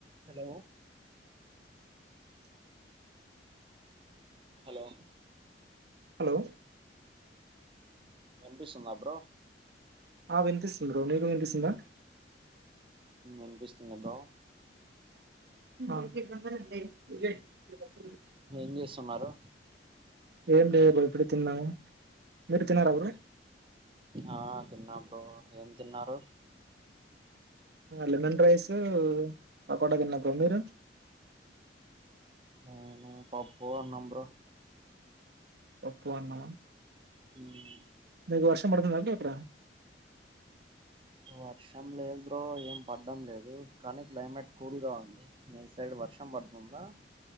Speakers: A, on the right; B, on the right.
A: Hello hello!
B: హలో!
A: విన్పిస్తుందా బ్రో
B: ఆ విన్పిస్తుంది బ్రో నీకు విన్పిస్తుందా
A: ఇన్పిస్తుంది బ్రో
B: డి
A: ఏం చేస్తున్నారు
B: ఏం లేదు ఇప్పుడే తిన్నా. మీరు తిన్నారా బ్రో
A: ఆ తిన్నా బ్రో ఏం తిన్నారు?
B: లెమన్ రైస్, పకోడ తిన్నా బ్రో, మీరు?
A: నేను పప్పు, అన్నం బ్రో
B: పప్పు అన్నమా
A: మ్
B: మీకు వర్షం పడుతుంది బ్రో అక్కడ
A: వర్షం లేద్ బ్రో ఏం పడ్డం లేదు కనీ క్లైమేట్ కూల్గా ఉంది. నీ సైడ్ వర్షం పడుతుందా?